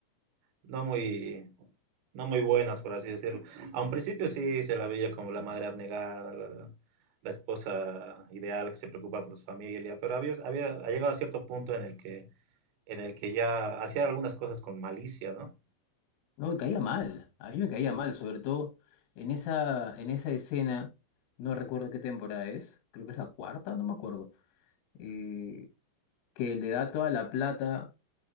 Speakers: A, on the right (about 75°); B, on the left (about 85°).
A: no muy, no muy buenas, por así decirlo. A un principio sí se la veía como la madre abnegada, la, la esposa ideal que se preocupa por su familia, pero había, había ha llegado a cierto punto en el que, en el que ya hacía algunas cosas con malicia, ¿no?
B: No, me caía mal. A mí me caía
A: Eh,
B: mal, sobre todo en esa, en esa escena, no recuerdo qué temporada es, creo que es la cuarta, no me acuerdo, eh, que le da toda la plata.